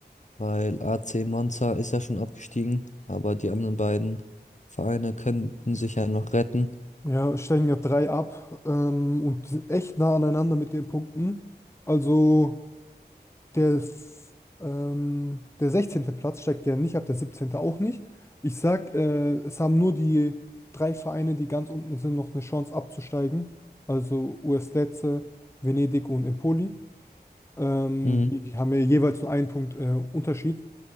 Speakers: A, on the left; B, on the left.
A: Weil AC Monza ist ja schon abgestiegen, aber die anderen beiden Vereine könnten sich ja noch retten.
B: Ja, steigen ja drei ab ähm, und die sind echt nah aneinander mit den Punkten. Also. Der, f- ähm, der 16. Platz steigt ja nicht ab, der siebzehnte auch nicht. Ich sag, äh, es haben nur die drei Vereine, die ganz unten sind, noch eine Chance abzusteigen. Also US Lecce, Venedig und Empoli. Ähm,
A: Mhm.
B: die haben ja jeweils nur einen Punkt äh, Unterschied.